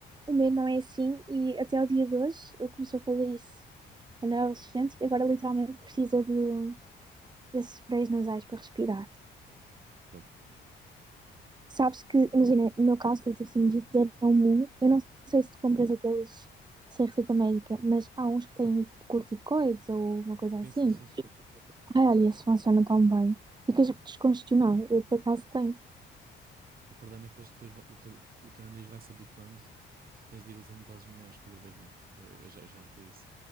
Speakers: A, on the right; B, on the right.
A: O meu não é assim e até ao dia de hoje ele começou a fazer isso quando era adolescente e agora literalmente precisa de esses sprays nasais para respirar.
B: Fogo.
A: Sabes que, imagina, no meu caso foi tipo sinusite, deram um. Eu não sei se tu compras aqueles sem receita médica, mas há uns que têm tipo corticoides ou uma coisa
B: Sim,
A: assim.
B: sim, sim, sim.
A: Ai, olha, esses funcionam tão bem. Ficas descongestionado. Eu por acaso tenho.
B: O problema é que eles depois vão, o teu, o teu nariz vai se habituando e tu tens de ir usando doses maiores cada vez mais. Eu, eu já, eu já notei isso.